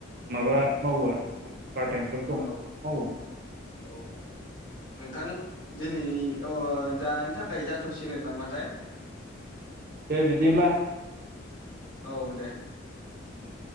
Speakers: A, on the right; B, on the left.
A: माबा मावो आरो पार्ट टाइम जब दं
B: औ
A: बेखौ मावो
B: औ औ नोंथां दिनैनि दानि थाखाय जाथसिगोन नामाथाय
A: दे बिदिब्ला।
B: औ दे।
A: उम।